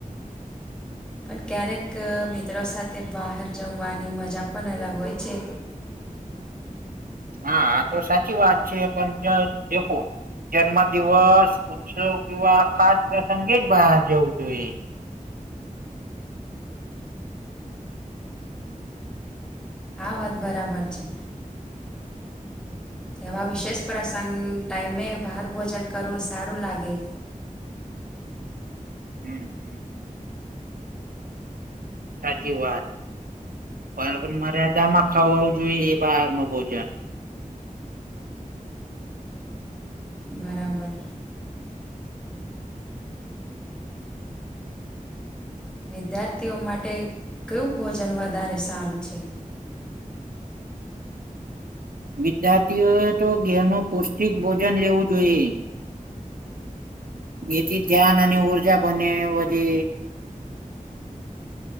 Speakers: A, in the centre; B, on the right (about 85°).
A: પણ ક્યારેક મિત્રો સાથે બહાર જમવાની મજા પણ અલગ હોય છે.
B: હા આતો સાચી વાત છે, પણ ત્યા દેખો જન્મ દિવસ ઉત્સવ કેવા ખાસ પ્રસંગે જ બહાર જવું જોએ
A: આ વાત બરાબર છે. એવા વિશેષ પ્રસંગ ટાઈમે બહાર ભોજન કરવું સારું લાગે
B: હમ હમ. સાચી વાત પણ મર્યાદામાં ખાવાવ જોઈએ એ બહારનુ ભોજન
A: બરાબર. વિદ્યાર્થીઓ માટે કયું ભોજન વધારે સારું છે?
B: વિદ્યાર્થીઓ એ તો ઘેર નો પૌષ્ટિક ભોજન લેવું જોઈએ એથી ધ્યાન અને ઉર્જા બને વધે